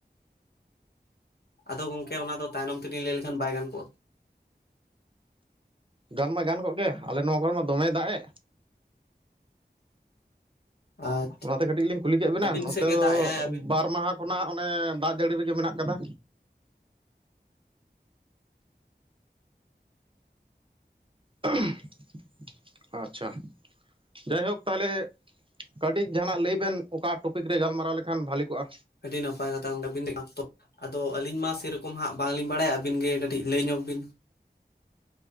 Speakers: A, on the left; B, on the right.
A: ᱟᱫᱚ ᱜᱚᱝᱠᱮ ᱚᱱᱟ ᱫᱚ ᱛᱟᱭᱱᱚᱢ ᱛᱮᱜᱤᱧ ᱞᱟᱹᱭ ᱞᱮᱠᱷᱟᱱ ᱵᱟᱭ ᱜᱟᱱ ᱠᱚᱜᱼᱟ
B: ᱜᱟᱱ ᱢᱟ ᱜᱟᱱ ᱠᱚᱜ ᱜᱮ ᱟᱞᱮ ᱱᱚᱣᱟ ᱠᱚᱨᱮ ᱢᱟ ᱫᱚᱢᱮ ᱫᱟᱜ ᱮ
A: ᱟᱨ
B: ᱚᱱᱟᱛᱮ ᱠᱟᱹᱴᱤᱡ ᱞᱤᱧ ᱠᱩᱞᱤ ᱠᱮᱫ ᱵᱤᱱᱟ
A: ᱟᱹᱵᱤᱱ
B: ᱱᱚᱛᱮ
A: ᱥᱮᱫ ᱜᱮ
B: ᱫᱚ
A: ᱫᱟᱜ ᱮᱟᱭ ᱟᱹᱵᱤᱱ
B: ᱵᱟᱨ ᱢᱟᱦᱟ ᱠᱷᱚᱱᱟᱜ ᱚᱱᱮ ᱫᱟᱜ ᱡᱟᱹᱲᱤ ᱨᱮᱜᱮ ᱢᱮᱱᱟᱜ ᱟᱠᱟᱫᱟ <unintelligible> ᱟᱪᱪᱷᱟ ᱡᱟᱭᱦᱳᱠ ᱛᱟᱦᱚᱞᱮ ᱠᱟᱹᱴᱤᱡ ᱡᱟᱦᱟᱱᱟᱜ ᱞᱟᱹᱭ ᱵᱮᱱ ᱚᱠᱟ ᱴᱚᱯᱤᱠ ᱨᱮ ᱜᱟᱞᱢᱟᱨᱟᱣ ᱞᱮᱠᱷᱟᱱ ᱵᱷᱷᱟᱞᱤ ᱠᱚᱜᱼᱟ
A: ᱟᱹᱰᱤ ᱱᱟᱯᱟᱭ ᱠᱟᱛᱷᱟ ᱟᱫᱚ ᱟᱹᱞᱤᱧ ᱢᱟ ᱥᱮ ᱨᱚᱠᱚᱢ ᱦᱟᱸᱜ ᱵᱟᱝᱞᱤᱧ ᱵᱟᱲᱟᱭᱟ ᱟᱹᱵᱤᱱ ᱜᱮ ᱠᱟᱹᱴᱤᱡ ᱞᱟᱹᱭ ᱧᱚᱜ ᱵᱤᱱ